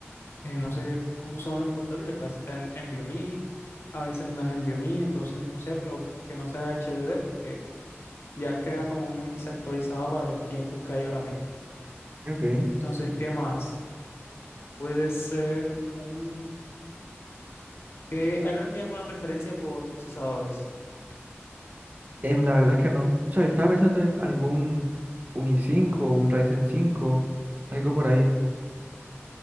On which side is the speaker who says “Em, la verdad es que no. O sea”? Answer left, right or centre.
Right